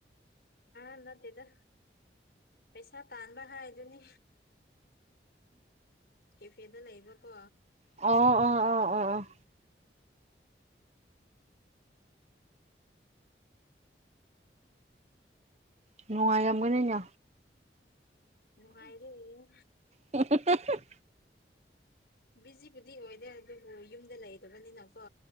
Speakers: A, on the left; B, on the right.
A: ꯑ ꯅꯠꯇꯦꯗ ꯄꯩꯁꯥ ꯇꯥꯟꯕ ꯍꯥꯏꯗꯨꯅꯤ ꯀꯦꯐꯦꯗ ꯂꯩꯕꯀꯣ
B: ꯑꯣ ꯑꯣ ꯑꯣ
A: ꯎꯝ
B: ꯑꯣ
A: ꯎꯝ
B: ꯅꯅꯨꯡꯉꯉꯒꯅꯦ
A: ꯅꯨꯡꯉꯥꯏꯔꯦ ꯍꯝ
B: ꯍꯝ ꯍꯝ ꯍꯝ ꯍꯝ
A: ꯕꯤꯖꯤꯕꯨꯗꯤ ꯑꯣꯏꯗꯦ ꯑꯗꯨꯕꯨ ꯌꯨꯝꯗ ꯂꯩꯗꯕꯅꯤꯅꯀꯣ